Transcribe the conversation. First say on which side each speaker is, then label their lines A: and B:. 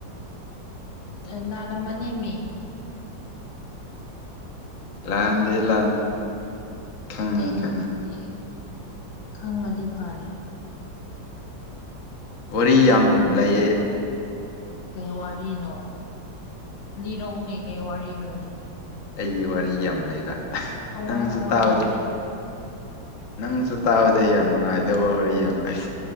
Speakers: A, on the left (about 90°); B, on the left (about 50°).
A: ꯎꯨꯝ ꯅꯥꯔꯝꯃꯅꯦꯃꯤ
B: ꯂꯥꯟꯗꯦ ꯂꯥꯟꯗꯦ ꯈꯪꯉꯦ
A: ꯑꯩꯗꯤ
B: ꯈꯪꯉꯦ
A: ꯈꯪꯉꯗꯤ ꯐꯥꯔꯦ
B: ꯋꯥꯔꯤ
A: ꯑꯩꯗꯤ
B: ꯌꯥꯝ ꯂꯩꯌꯦ
A: ꯀꯩ ꯋꯥꯔꯤꯅꯣ ꯂꯤꯔꯧꯅꯦ ꯀꯩ ꯋꯥꯔꯤꯅꯣꯅꯦ
B: ꯑꯩꯒꯤ ꯋꯥꯔꯤ ꯌꯥꯝ ꯂꯩꯕ
A: ꯑꯋꯥ
B: ꯅꯪꯁꯨ
A: ꯑꯋꯥ
B: ꯇꯥꯕꯗ
A: ꯅꯨꯡꯉꯥꯏ
B: ꯅꯪꯁꯨ ꯇꯥꯕꯗ ꯌꯥꯝ ꯅꯨꯡꯉꯥꯏꯗꯕ ꯋꯥꯔꯤ ꯌꯥꯝ ꯂꯩ